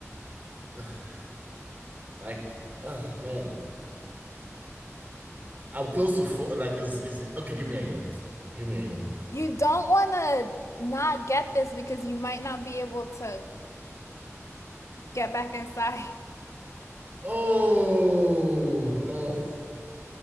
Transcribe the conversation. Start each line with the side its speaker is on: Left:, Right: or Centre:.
Right: Uh, <sighs> like, uh, man, I'm close to four. Like, is is it- okay? Give me a hint. Give me a hint.
Left: You don't want to not get this because you might not be able to get back inside. <laughs>
Right: Oh, oh,